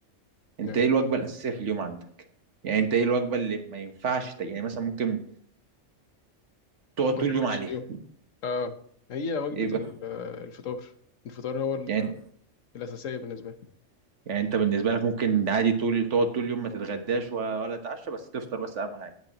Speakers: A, on the left; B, on the right.
A: لا،
B: انت ايه الوجبه الاساسيه في اليوم عندك يعني انت ايه الوجبه اللي ما ينفعش ت- يعني مثلا ممكن تقعد طول
A: ما كملتش
B: اليوم عليها
A: اليوم اه هي وجبه
B: ايه بقى
A: ال- آه، الفطار الفطار هو ال-
B: يعني
A: الاساسيه بالنسبه لي
B: يعني انت بالنسبه لك ممكن عادي طول تقعد طول اليوم ما تتغداش و- ولا تتعشى بس تفطر بس اهم حاجه